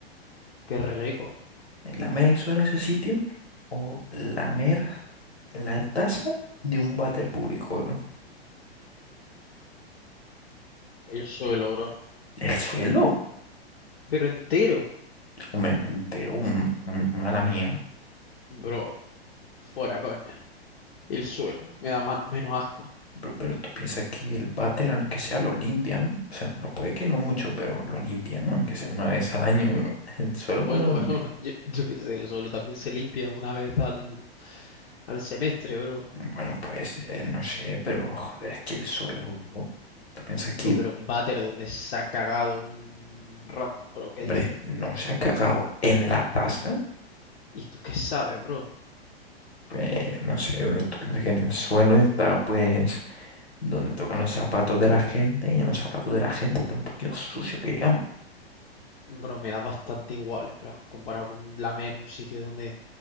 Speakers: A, on the left; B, on the left.
A: qué rico.
B: ¿Lamer el suelo de ese sitio? ¿O lamer la taza de un váter público, bro?
A: El suelo, bro.
B: ¿El suelo?
A: Pero entero.
B: Hombre, no, entero, un, un- una la mía.
A: Bro, fuera coña. El suelo, me da man- menos asco.
B: Pero, pero tú piensas que el váter, aunque sea, lo limpian. O sea, bueno, puede que no mucho, pero lo limpian, ¿no? aunque sea una vez al año, bro. <laughs> El suelo cuando
A: Bueno,
B: lo
A: bro,
B: limpian.
A: <laughs> yo, yo qué sé, el suelo también se limpia una vez al, al semestre, bro.
B: Bueno, pues eh, no sé, pero joder, es que el suelo, bro. ¿Tú piensas que,
A: Bro, pero un váter donde se ha cagado un random, bro, ¿qué
B: hombre,
A: dices?
B: no se ha cagado en la taza?
A: ¿Y tú qué sabes, bro?
B: Pues no sé, bro. ¿Tú piensas que en el suelo está, pues, donde tocan los zapatos de la gente? Y en los zapatos de la gente está un poquito sucio que digamos.
A: bro, me da bastante igual, en plan, comparado con lamer un sitio donde